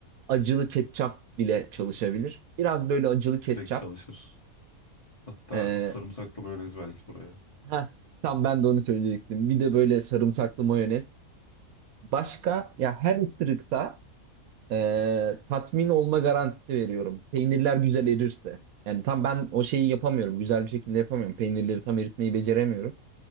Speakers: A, on the right (about 75°); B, on the left (about 25°).
A: acılı ketçap bile çalışabilir. Biraz böyle acılı ketçap.
B: Direkt çalışır. Hatta
A: Ee,
B: sarımsaklı mayonez belki buraya.
A: heh, tam ben de onu söyleyecektim. Bir de böyle sarımsaklı mayonez. Başka ya her ısırıkta Ee, tatmin olma garantisi veriyorum. Peynirler güzel erirse. Yani tam ben o şeyi yapamıyorum. Güzel bir şekilde yapamıyorum. Peynirleri tam eritmeyi beceremiyorum.